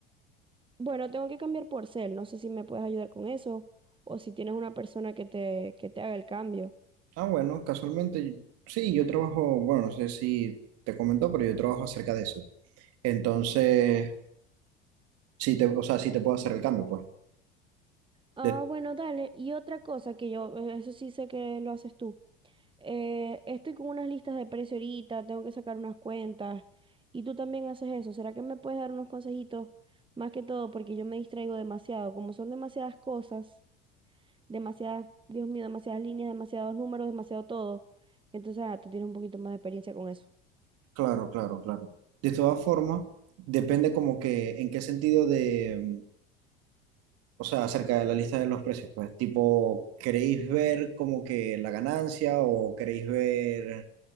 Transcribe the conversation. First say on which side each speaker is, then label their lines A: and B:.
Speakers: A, on the right; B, on the right.
A: Bueno, tengo que cambiar por Zelle. No sé si me puedes ayudar con eso o si tienes una persona que te, que te haga el cambio.
B: Ah, bueno, casualmente, sí, yo trabajo, bueno, no sé si te comentó, pero yo trabajo acerca de eso. Entonces, sí te, o sea, sí te puedo hacer el cambio, pues.
A: Ah,
B: De-
A: bueno, dale. Y otra cosa que yo, eh, eso sí sé que lo haces tú. Eh, estoy con unas listas de precio ahorita, tengo que sacar unas cuentas y tú también haces eso. ¿Será que me puedes dar unos consejitos más que todo? Porque yo me distraigo demasiado, como son demasiadas cosas, demasiadas, Dios mío, demasiadas líneas, demasiados números, demasiado todo. Entonces, ah, tú tienes un poquito más de experiencia con eso.
B: claro, claro, claro. De todas formas, depende como que en qué sentido de, o sea, acerca de la lista de los precios, pues, tipo, ¿queréis ver como que la ganancia o queréis ver